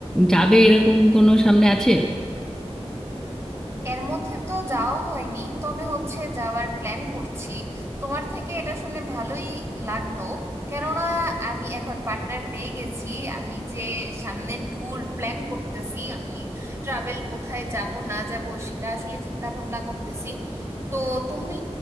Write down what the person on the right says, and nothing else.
এর মধ্যে তো যাওয়া হয়নি তবে হচ্ছে যাওয়ার প্ল্যান করছি তোমার থেকে এটা শুনে ভালোই লাগলো কেননা আমি এখন পার্টনার পেয়ে গেছি আমি যে সামনে ট্যুর প্ল্যান করতেছি আমি ট্রাভেল কোথায় যাব না যাব সেটা আসলে চিন্তা ভাবনা করতেছি তো তুমি